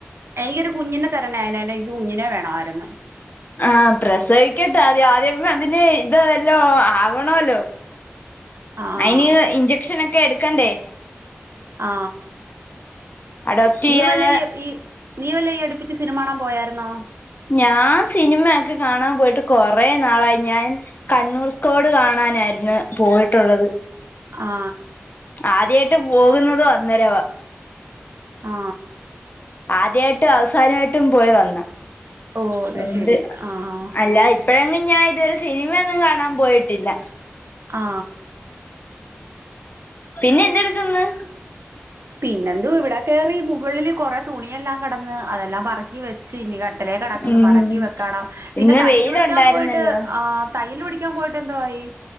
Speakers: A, on the right; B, on the left.
A: എനിക്കൊരു കുഞ്ഞിനെ തരണേ ആയിനനെൻക് കുഞ്ഞിനെ വേണായ്ര്ന്ന്.
B: ആ പ്രസവിക്കട്ടെ ആദ്യം ആദ്യം അതിന് ഇത് വല്ലോ ആവണല്ലോ.
A: ആഹ്
B: അയിന് ഇഞ്ചക്ഷനൊക്കെ എടുക്കണ്ടേ?
A: ആ
B: അഡോപ്റ്റ് ചെയ്യാതെ
A: നീ വല്ല നീ വല്ല ഈ അടുപ്പിച്ച സിനിമാകാണാൻ പോയാര്ന്നോ?
B: ഞാൻ സിനിമയൊക്കെ കാണാൻ പോയിട്ട് കൊറേ നാളായി ഞാൻ കണ്ണൂർ സ്കോട് കാണാനായിരുന്ന് പോയിട്ടുള്ളത്.
A: ആ.
B: ആദ്യായിട്ട് പോകുന്നതും അന്നേരവ.
A: ആ.
B: ആദ്യായിട്ടും അവസാനായിട്ടും പോയി വന്ന.
A: ഓ അത് ശെരി
B: ണ്ട്
A: ആഹ്
B: അല്ലാ ഇപ്പഴങ്ങ്. ഞാഇതുവരെ സിനിമയൊന്നും കാണാപോയിട്ടില്ല.
A: ആ.
B: പിന്നെ എന്തെടുക്കന്ന്?
A: പിന്നെന്തു ഇവിടെ കേറി മുകളില് കൊറെ തുണിയെല്ലാം കെടന്ന് അതെല്ലാം പറക്കി വെച്ച് ഇനി ലെ കെടക്ന്ന്
B: ഉം
A: മടക്കിവെക്കാണം. പിന്ന
B: ഇന്ന്
A: തയ്യൽ
B: വെയിലുണ്ടായിരുന്നല്ലോ
A: പഠിക്കാപോയിട്ട് ആ തയ്യൽ പഠി ക പോയിട്ടെന്തുവായി?